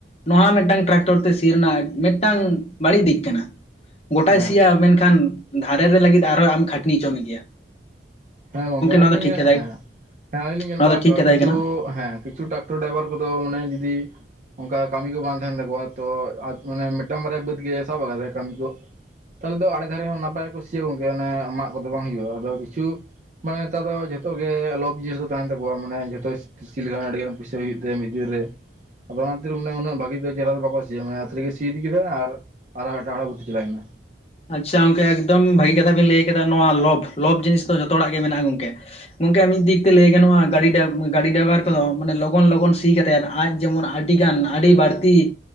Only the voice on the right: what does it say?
ᱦᱮᱸ
ᱦᱮᱸ ᱜᱚᱝᱠᱮ ᱟᱞᱤᱧ
ᱞᱤᱧ
<unintelligible>
ᱦᱮᱸ ᱦᱮᱸ ᱟᱞᱤᱧ ᱞᱤᱧ ᱧᱮᱞ
ᱵᱟᱲᱟ
ᱠᱟᱜᱼᱟ
ᱠᱤᱪᱷᱩ
ᱦᱮᱸ ᱠᱤᱪᱷᱩ ᱴᱨᱟᱠᱴᱚᱨ ᱰᱟᱭᱵᱷᱟᱨ ᱠᱚᱫᱚ ᱢᱟᱱᱮ ᱡᱩᱫᱤ ᱚᱱᱠᱟ ᱠᱟᱹᱢᱤ ᱠᱚ ᱵᱟᱝ ᱛᱟᱦᱮᱱ ᱛᱟᱠᱚᱣᱟ ᱛᱚ <unintelligible> ᱢᱟᱱᱮ ᱢᱤᱫᱴᱟᱝ ᱵᱟᱨᱮᱭᱟ ᱵᱟᱹᱫᱽ ᱜᱮ ᱥᱟᱵ ᱟᱠᱟᱫ ᱟᱭ ᱠᱟᱹᱢᱤ ᱠᱚ, ᱛᱟᱦᱚᱞᱮ ᱫᱚ ᱟᱲᱮ ᱫᱷᱟᱨᱮ ᱦᱚᱸ ᱱᱟᱯᱟᱭ ᱜᱮ ᱠᱚ ᱥᱤᱭᱟ ᱜᱚᱢᱠᱮ ᱚᱱᱮ ᱢᱟᱜ ᱠᱚᱫᱚ ᱵᱟᱝ ᱦᱩᱭᱩᱜᱼᱟ, ᱟᱫᱚ ᱠᱤᱪᱷᱩ ᱢᱟᱱᱮ ᱱᱮᱛᱟᱨ ᱫᱚ ᱡᱷᱚᱛᱚ ᱜᱮ ᱟᱞᱚᱯ ᱡᱤᱱᱤᱥ ᱫᱚ ᱛᱟᱦᱮᱱ ᱛᱟᱠᱚᱣᱟ ᱢᱟᱱᱮ ᱡᱷᱚᱛᱚ, ᱥᱤ ᱞᱮᱠᱷᱟᱱ ᱟᱹᱰᱤ ᱜᱟᱱ ᱯᱚᱭᱥᱟ ᱦᱩᱭᱩᱜ ᱛᱟᱭᱟ ᱢᱤᱫ ᱫᱤᱱ ᱨᱮ, ᱟᱫᱚ ᱚᱱᱟ ᱠᱷᱟᱹᱛᱤᱨ ᱩᱱᱟ. ᱩᱱᱟᱹᱜ ᱵᱷᱟᱹᱜᱤ ᱫᱚ ᱪᱮᱦᱨᱟ ᱫᱚ ᱵᱟᱠᱚ ᱥᱤᱭᱟ <unintelligible> ᱜᱮ ᱥᱤ ᱤᱫᱤ ᱠᱮᱫᱟ ᱟᱨ ᱟᱨᱦᱚ ᱮᱴᱟᱜ ᱦᱚᱲᱟᱜ ᱵᱩᱫᱽ ᱛᱤ ᱪᱟᱞᱟᱭᱱᱟ,